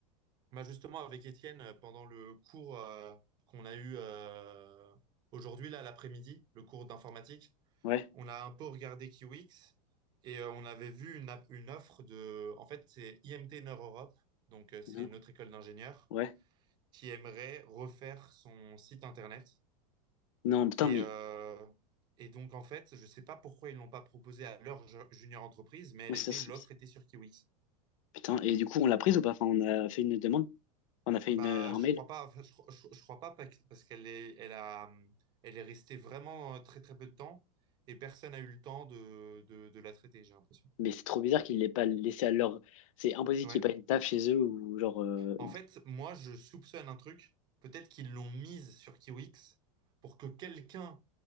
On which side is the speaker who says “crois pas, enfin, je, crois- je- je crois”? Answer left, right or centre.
Right